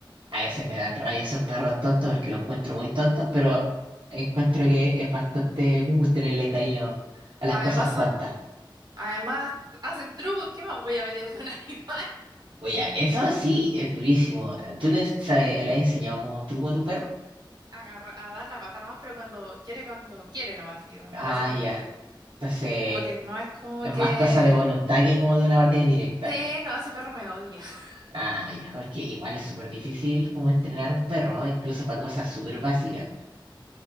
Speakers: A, on the right; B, on the right.
A: A veces me dan rabia esos perros tontos porque los encuentro muy tontos, pero encuentro que es bastante cool tenerle cariño a las
B: Además,
A: cosas tontas.
B: Además, hacen trucos, ¿qué más voy a pedir de un <laughs> animal?
A: Oye, eso sí es durísimo. ¿Tú le, sabes- le has enseñado como truco a tu perro?
B: Agarra- a dar la pata nomás, pero cuando quiere, cuando quiere nomás, sí, o
A: Ah,
B: lo hace cuando
A: ya.
B: quiere.
A: Entonces,
B: Como que no es como
A: es
B: que...
A: más cosa de voluntad que como de una orden directa.
B: Sí, no, ese perro me odia. <laughs>
A: Ah, ya, porque igual es súper difícil como entrenar a un perro, incluso para cosas súper básicas.